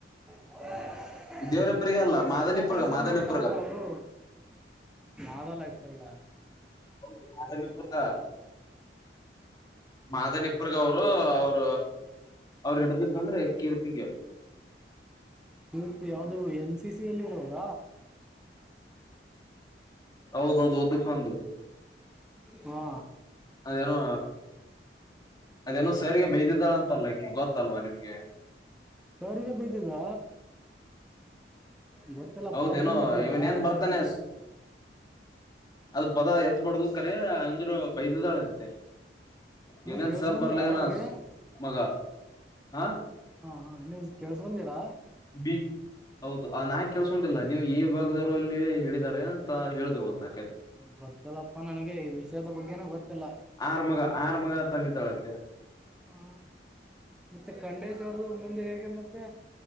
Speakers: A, in the centre; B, on the left (about 25°).
A: <unintelligible>
B: ದೇವ್ರಪ್ಪರಿಗ ಅಲ್ಲ
A: ಸಿಕ್ಕಾಪಟ್ಟೆ
B: ಮಾದನಿಪ್ಪರ್ಗ
A: ಸೌೊಂಡ್
B: ಮಾದನಿಪ್ಪರ್ಗ
A: ಮಾಡ್ತಾರಪ್ಪ ಅವರು ಆದಲ್ಲ ಆಯ್ತು. ಪ್ಪರಿಗ.
B: ಹೌದು ಮಾರನಿಪುರ್ದ. ಮಾದನಿಪ್ಪರ್ಗ ಅವರು ಅವ್ರ ಅವರು ಹಿಡ್ದಿದಂದ್ರೆ ಕೀರ್ತಿಗೆ.
A: ಕೀರ್ತಿ ಯಾವ್ದು. ಅದು ಎನ್ ಸಿ ಸಿ ಅಲ್ಲಿ ಇರೋದ.
B: ಹೌದೌದು ಉದ್ದಕ ಒಂದು
A: ಹಾ
B: ಅದೇನೋ ಅದೇನೋ ಸರ್ರಿಗೆ ಬೈ್ದಿದ್ದಾಳ ಅಂತಲ್ಲ ಅಕಿ ಗೊತ್ತಲ್ವಾ ನಿಮ್ಗೆ.
A: ಸರಿಗೆ ಬೈದಿದ ಗೊತ್ತಿಲ್ಲಪ್ಪಾ
B: ಹೌದೇನೋ
A: ಏನದು
B: ಇವನ್
A: ಯಾವ
B: ಏನ್
A: ವಿಷಯ
B: ಬರ್ತಾನೆ ಅದ ಪದ ಎತ್ಬಡ್ದ ಕರಿ. ಅಂದ್ರು ಬೈದಿದಾಳೆ ಅಂತೆ.
A: ನೀವ್
B: ಇನೇನ್
A: ಕೇಳ್ಸ್ಕೊಂದಿರಾ
B: ಸರ್ ಬರ್ಲಗೇನ್
A: ಅವ್ರಿಗೆ
B: ಸ್ ಮಗ ಹಾ.
A: ಹಾ ನೀವು ಕೇಳ್ಸ್ಗೊಂದಿರ
B: ಈ ಹೌದು ಅ ನಾಕ್ ಕೇಳಸ್ಕೊಂಡಿಲ್ಲ ನೀವು ಈ ಭಾಗದವರು ಅಲ್ಲಿ ಹೇಳಿದ್ದಾರೆ ಅಂತ ಹೇಳಿದ್ರು ಅದ್ ನ.
A: ಹ್ಮ ಗೊತ್ತಿಲ್ಲಪ್ಪಾ ನನ್ಗೆ ಈ ವಿಷಯದ ಬಗ್ಗೆನೆ ಗೊತ್ತಿಲ್ಲ.
B: ಆರ್ ಮಗ ಆರ್ ಮಗ ತಂದಿದ್ದಾಳಂತೆ
A: ಹಾ ಮತ್ತೆ ಖಂಡೇಶ್ ಅವ್ರ್ದ ಮುಂದೆ ಹೇಗ್. ಹೇಗೆ ಮತ್ತೆ.